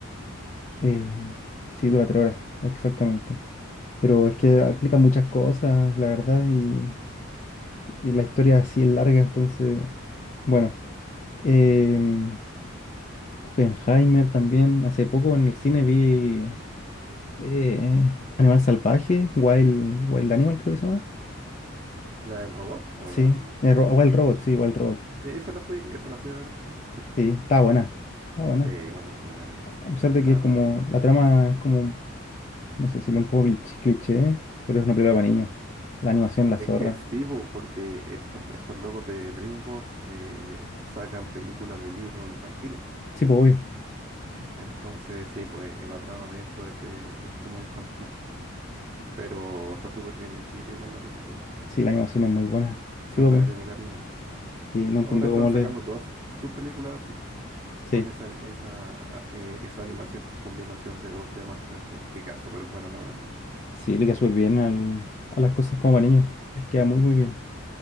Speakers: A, on the left (about 35°); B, on the right (about 30°).
A: Eh,
B: Yo-
A: sí, dura tres horas, exactamente. Pero es que aplica
B: wow.
A: muchas cosas, la verdad, y, y la historia así es larga, entonces, bueno. Em, Oppenheimer también. Hace poco en el cine vi eh, eh, Animal Salvaje, Wild, Wild Animal creo que se llama.
B: ¿La del robot o
A: Sí,
B: la animal?
A: eh, Ro- Wild Robot, sí, Wild Robot.
B: Sí, esa la fui, esa la fui a ver al cine. <laughs>
A: Sí, está buena, está buena.
B: Sí, buenísima la película.
A: A pesar de
B: La
A: que
B: verdad
A: es como,
B: que sí.
A: la trama es como, no sé decirlo, un poco cliché, cliché, pero es una película para niños. La animación, la
B: Es
A: zorra.
B: que sí, po, porque estos, estos locos de DreamWorks eh, sacan películas de libros infantiles.
A: Sí, pues obvio.
B: Entonces, sí, pues eh, la trama de hecho es de, es como infantil. Pero está súper bien hechita igual la película.
A: Sí, la animación es muy buena. Sí,
B: Se nota
A: pues, pues.
B: que tiene cariño.
A: sí, no entiendo
B: Ahora están
A: cómo
B: sacando
A: le...
B: todas su- sus películas así,
A: Sí,
B: con esa, esa, a- eh, esa animación que es combinación de dos d más 3D. Que queda súper buena, la verdad.
A: sí, le queda súper bien al- a las cosas como para niños. Les queda muy, muy bien.